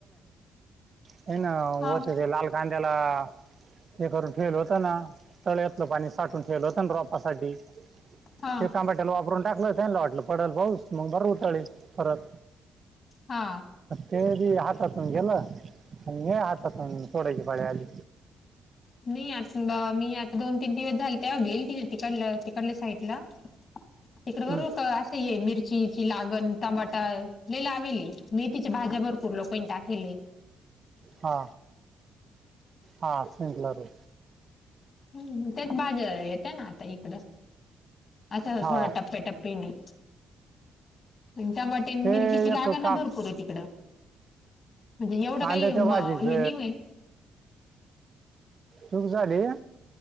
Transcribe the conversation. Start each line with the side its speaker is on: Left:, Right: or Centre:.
Right: <unintelligible>
Left: हा
Right: लाल. कांद्याला, हे करून ठेवलं होतं ना, तळ्यातलं पाणी साठून ठेवलं होतं ना रोपासाठी
Left: हा
Right: ते टामॅटोला वापरून टाकलं त्यांना व पडल पाऊस मग भरू. तळीस फरक.
Left: हा
Right: ते जे हा हातून गेलं आणि हातातून फोडायची पाळी आली.
Left: न <unintelligible> मी आता दोन तीन दिवस झाले <unintelligible> तिकडलं तिकडल्या साईडला तिकडे बर
Right: हम्म.
Left: रोक असे मिर चीची लागण टमाटा, लई लावेल ये मेथीच्या भाज्या भरपूर लोकांनी टाकेलये.
Right: हा हा. भरू.
Left: हम्म हम्म, तेच भाज्या येत्या ना आता इकड. आता
Right: हा
Left: थोडं टप्प्याटप्पयांनी आणि टमाटे अन्
Right: ते
Left: मिरचीची
Right: एक
Left: लागण
Right: का
Left: अ भरपूर आहे तिकडं. म्हणजे एवढं
Right: कांद्याच्या
Left: काही म
Right: भाजीचं
Left: हे नाही होईल
Right: चूक झाली वय,